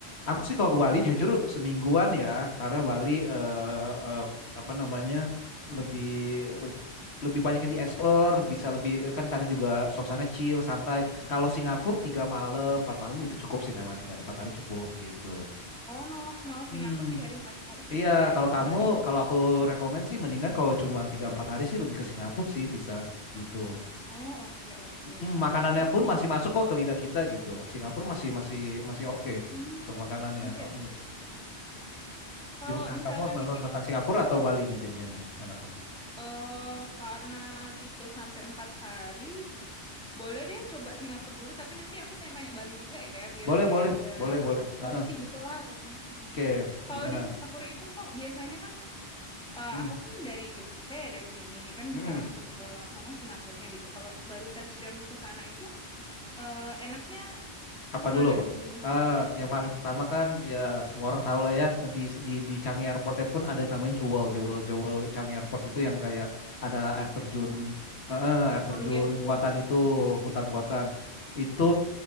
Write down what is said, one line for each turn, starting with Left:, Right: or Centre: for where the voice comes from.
Left: Aku sih kalau ke Bali jujur semingguan ya, karena Bali eh, eh, apa namanya lebih leb- lebih banyak yang dieksplor, bisa lebih eh, kan karena juga suasana chill, santai. Kalau Singapura tiga malam, empat malam itu cukup sih memang tiga hari empat hari cukup gitu.
Centre: oh malah malah
Left: Hmm.
Centre: Singapura tiga hari empat hari cukup
Left: Iya,
Centre: ya
Left: kalau
Centre: kalau
Left: kamu,
Centre: Bali kan?
Left: kalau aku rekomen sih mendingan kalau cuma tiga empat hari sih lebih ke Singapura sih, Tisa, gitu.
Centre: oh oke oke
Left: Hmm, makanannya
Centre: boleh
Left: pun
Centre: sih
Left: masih masuk kok ke lidah kita gitu. Singapura masih masih masih oke
Centre: Hmm,
Left: untuk makanannya.
Centre: oke oke
Left: mm.
Centre: oke Kalau
Left: Gimana
Centre: misalkan
Left: kamu tentang,
Centre: di Singapura
Left: tentang Singapura atau Bali nih jadinya nih enakan?
Centre: eh, karena 3 sampai 4 hari Boleh deh coba Singapura dulu, tapi nanti aku tanya-tanya Bali juga ya, biar
Left: Boleh
Centre: kayak
Left: boleh
Centre: ada
Left: boleh boleh. Heeh.
Centre: opsi gitulah. pokoknya. mm
Left: Oke
Centre: Kalau
Left: gimana?
Centre: di Singapura itu kok biasanya kan, eh,
Left: Mm-mm.
Centre: aku kan dari Jogja ya dari sini, kan
Left: Mm-mm.
Centre: bisa langsung ke mana Singapurnya gitu. Kalau baru touchdown ke sana itu, eh, enaknya
Left: apa
Centre: kemana
Left: dulu?
Centre: dulu nih
Left: Eh,
Centre: gitu.
Left: yang paling pertama kan ya semua orang tahu lah ya di di di Changi Airportnya pun ada namanya Jewel Jewel Jewel Changi Airport itu yang kayak ada air terjun
Centre: Mm-mm.
Left: eh, eh, air terjun
Centre: Oh iya iya
Left: buatan
Centre: gitu.
Left: itu
Centre: Bentar.
Left: hutan buatan itu